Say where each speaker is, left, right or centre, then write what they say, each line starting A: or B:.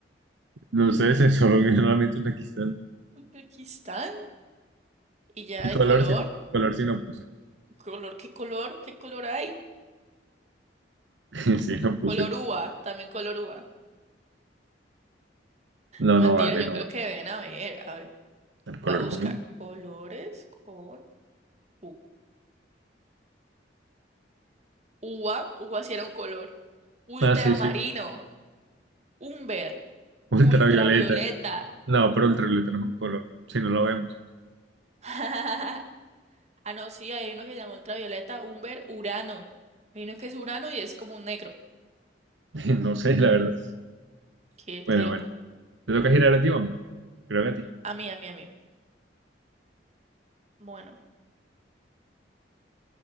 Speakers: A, on the right; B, on the right.
A: No sé, se solo solamente Uzbekistán.
B: Uzbekistán y ya
A: Y
B: hay
A: color
B: color,
A: sí, color sí no puse.
B: color, ¿qué color? ¿Qué color hay?
A: <laughs> Sí, no puse.
B: Color uva, también color uva.
A: No,
B: No,
A: no
B: mentira,
A: vale,
B: yo
A: no
B: creo
A: vale.
B: que ven a ver, a ver,
A: El color
B: va a buscar
A: común.
B: colores con u- uva, uva si era un color. Ultramarino,
A: Ah, sí, sí.
B: umber,
A: Ultravioleta.
B: ultravioleta.
A: No, pero ultravioleta no es un color. Si no lo vemos.
B: <laughs> Ah, no, sí, hay uno que llama ultravioleta, umber, urano. Hay uno que es urano y es como un negro.
A: <laughs> No sé, la verdad.
B: Qué,
A: Bueno,
B: qué loco.
A: bueno. ¿Te toca girar a ti o a mí? Creo que a ti.
B: A mí, a mí, a mí. Bueno.